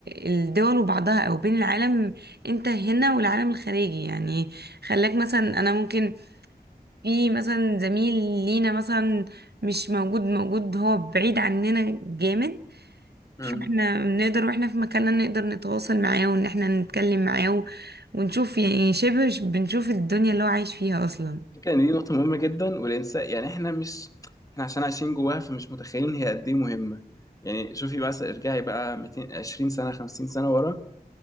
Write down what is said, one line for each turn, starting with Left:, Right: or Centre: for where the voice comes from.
Right: الدول وبعضها أو بين العالم أنت هنا والعالم الخارجي يعني خلاك مثلا أنا ممكن في مثلا زميل لينا مثلا مش موجود موجود هو بعيد عننا جامد
Left: صعبه
Right: فاحنا نقدر واحنا في مكاننا نقدر نتواصل معاه وان احنا نتكلم معاه و- ونشوف يعني شبه ش- بنشوف الدنيا اللي هو عايش فيها اصلا
Left: فكرة ان دي نقطة مهمة جدا والانسان يعني احنا مش احنا عشان عايشين جواها فمش متخيلين هي قد ايه مهمة يعني شوفي بس ارجعي بقى 200 20 سنة 50 سنة ورا